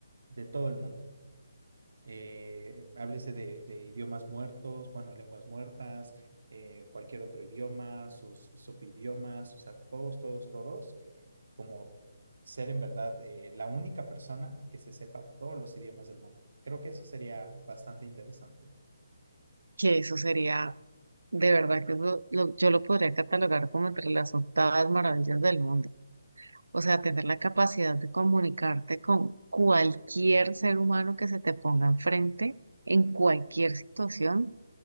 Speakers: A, on the right; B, on the right.
A: de todo el mundo eh, háblese de, de idiomas muertos, bueno, lenguas muertas, eh, cualquier otro idioma, sus subidiomas, o sea, todos, todos, todos, como ser en verdad eh, la única persona que se sepa todos los idiomas del mundo. Creo que eso sería bastante interesante.
B: que eso sería De verdad que eso lo- yo lo podría catalogar como entre las octavas maravillas del mundo. O sea, tener la capacidad de comunicarte con cualquier ser humano que se te ponga enfrente en cualquier situación,